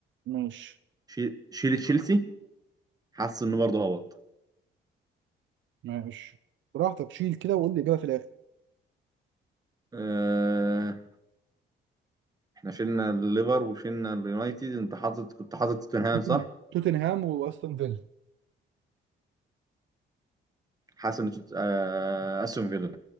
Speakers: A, on the right; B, on the right.
A: ماشي
B: شي- شيل تشيلسي حاسس انه برضه هبط
A: ماشي براحتك شيل كده وقول لي الاجابه في الاخر
B: آه، احنا شلنا الليفر وشلنا اليونايتد انت حاطط كنت حاطط توتنهام
A: توتن-
B: صح؟
A: توتنهام واستون فيلا
B: حاسس ان توت- آه، استون فيلا